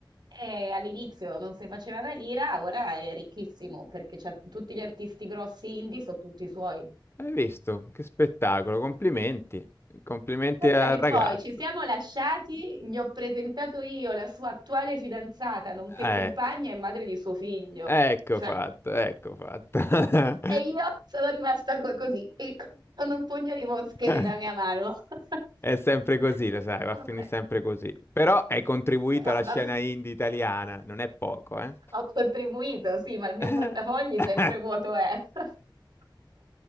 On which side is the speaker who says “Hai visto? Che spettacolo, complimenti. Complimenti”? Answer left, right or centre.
Left